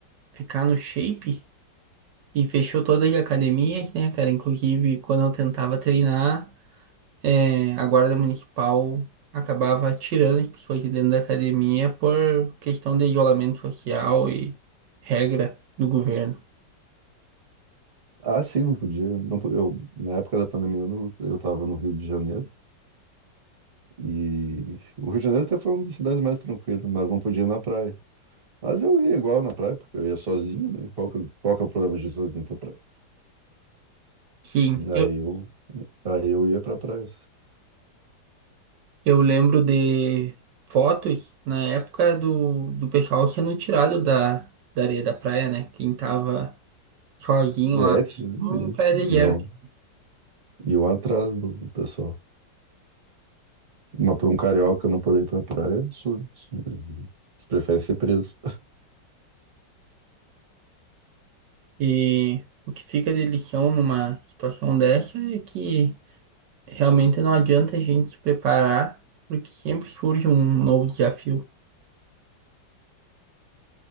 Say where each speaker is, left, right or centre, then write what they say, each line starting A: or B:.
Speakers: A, on the right (about 75°); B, on the right (about 35°).
A: ficar no shape e fechou todas as academias, né, cara? Inclusive, quando eu tentava treinar, é, a guarda municipal acabava tirando as pessoas de dentro da academia por questão de isolamento social e regra do governo.
B: Ah, sim, não podia. Não, po- eu, na época da pandemia, no- eu estava no Rio de Janeiro e o Rio de Janeiro até foi uma das cidades mais tranquilas, mas não podia ir na praia. Mas eu ia igual na praia, porque eu ia sozinho, né? Qual que, qual que é o problema de ir sozinho pra praia?
A: Sim, eu,
B: Aí eu, aí eu ia pra praia.
A: Eu lembro de fotos na época do, do pessoal sendo tirado da, da areia da praia, né? Quem tava sozinho
B: É,
A: lá, mesmo em praia deserta.
B: e eu, e eu atrás do do pessoal. Mas para um carioca não poder ir pra praia é absurdo. isso. Eles preferem ser presos.
A: E o que fica de lição numa situação dessa é que realmente não adianta a gente se preparar, porque sempre surge um novo desafio.